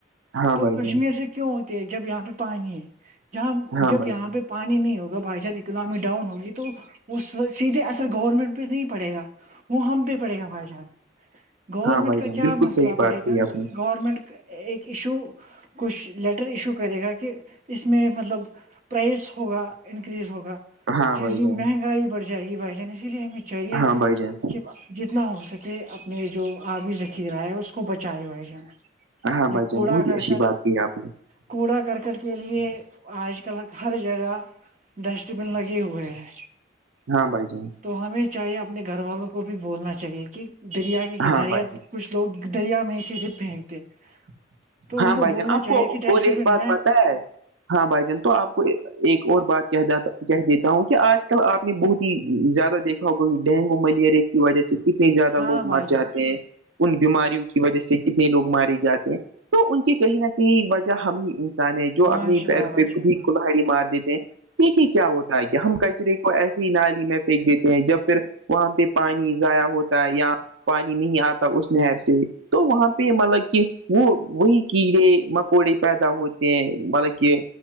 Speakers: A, on the right; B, on the right.
A: ہاں
B: تو
A: بھائی جان
B: کشمیر سے کیوں ہوتے ہے جب یہاں پہ پانی ہے جہاں
A: ہاں
B: جب
A: بھائی
B: یہاں
A: جان
B: پہ پانی نہیں ہوگا بائی چان اکنامی ڈاؤن ہوگی تو وہ سیدھے اثر گورنمنٹ پہ نہیں پڑے گا وہ ہم پہ پڑے گا بھائی جان گورنمنٹ
A: ہاں بھائی
B: کا
A: جان
B: کیا
A: بالکل
B: مسئلہ
A: صحیح بات
B: پڑے
A: کی
B: گا
A: آپ نے
B: گورنمنٹ ایک ایشو کچھ لیٹر ایشو کرے گا کہ اس میں مطلب پرائس ہوگا انکریز ہوگا
A: ہاں
B: چیزیں
A: بھائی جان
B: مہنگائی بڑھ جائے گی بھائی جان اسی لیے ہمیں چاہیے
A: ہاں بھائی جان
B: کہ جتنا ہو سکے اپنے جو آبی ذخیرہ ہے اس کو بچائے بھائی جان
A: ہاں
B: یہ
A: بھائی جان
B: کوڑا
A: بہت ہی
B: کرک
A: اچھی بات کی ہے آپ نے
B: کوڑا کرکٹ کے لیے آج کل ہر جگہ ڈسٹ بن لگے ہوئے ہیں
A: ہاں بھائی جان
B: تو ہمیں چاہیے اپنے گھر والوں کو بھی بولنا چاہیے کہ دریا کے کنارے
A: ہاں بھائی
B: یا
A: جان
B: کچھ لوگ دریا میں صرف پھینکتے تو ان
A: ہاں
B: کو
A: بھائی جان
B: بولنا
A: آپ
B: چاہیے
A: کو
B: کہ ڈسٹ
A: اور ایک
B: بن
A: بات پتا ہے ہاں بھائی جان تو آپ کو ایک اور بات کہات کہہ دیتا ہوں کہ آج کل آپ نے بہت ہی زیادہ دیکھا ہوگا ڈینگو ملیریا <unintelligible> وجہ سے کتنے زیادہ
B: ہاں
A: لوگ
B: بھائی
A: مر جاتے
B: جان
A: ہیں ان بیماریوں کی وجہ سے کتنے لوگ مارے جاتے ہیں تو ان کی کہیں نہ کہیں وجہ ہم ہی انسان ہے جو
B: ماشاء
A: اپنی پیروں
B: اللہ
A: پہ
B: بھائی
A: خود ہی کلہاڑی مار دیتے ہیں دیکھیے کیا ہوتا ہے کیا ہم کچرے کو ایسے نالی میں پھینک دیتے ہیں جب پھر وہاں پہ پانی ضائع ہوتا یا پانی نہیں آتا اس نہر سے تو وہاں پہ مطلب کہ وہ وہی کیڑے مکوڑے پیدا ہوتے ہیں مطلب کہ